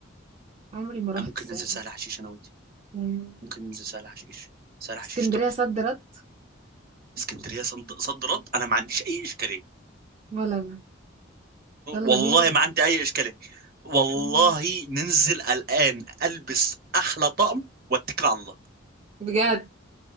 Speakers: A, on the right; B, on the right.
A: عمري ما رحت
B: آه، ممكن
A: الساحل
B: ننزل سهل حشيش انا وانتي
A: مم.
B: ممكن ننزل سهل حشيش سهل حشيش
A: اسكندرية
B: تحفه
A: صد رد
B: اسكندريه صد صد رد انا ما عنديش اي اشكاليه
A: ولا انا يلا
B: والله
A: بينا
B: ما عندي اي اشكاليه والله
A: <laughs> إمم.
B: ننزل الان البس احلى طقم واتكل على الله
A: بجد!